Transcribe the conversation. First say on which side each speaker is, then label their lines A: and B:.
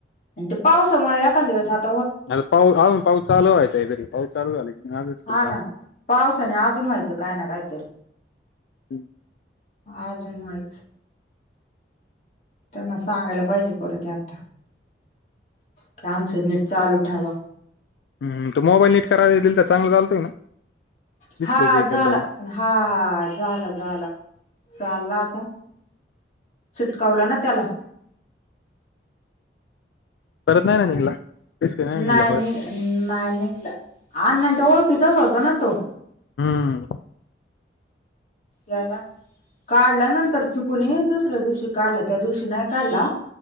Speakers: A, on the left (about 45°); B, on the left (about 75°).
A: आन ते पावसामुळे एकान दिवसात
B: <unintelligible> <unintelligible> पाऊस चालू व्हायचा तरी पाऊस चालू झाला
A: हा ना
B: <unintelligible>
A: पावसाने अजून व्हायचं कायना कायतरी.
B: हम्म.
A: आजून व्हायच. त्यांना सांगायला पाहिजे परत एकदा, की आमचं नीट चालू ठेवा.
B: हम्म, तो मोबाईल नीट कराय दिलता चांगलं चालतोय ना? डिस्प्लेच
A: हा
B: एकेल
A: झाला
B: तरी
A: हा- हा झाला- झाला चालला आता. चिटकवला ना त्याला.
B: परत नाही
A: झाला
B: ना निघला डिस्प्ले नाही निघला
A: नाय
B: परत
A: <unintelligible> नाय निगल अण्णांच्या ओळखीचाच होतो ना तो.
B: हम्म.
A: याला, काढला नंतर चुकुणी दुस दुसऱ्या दिवशी काडला, त्या दिवशी नाही काडला,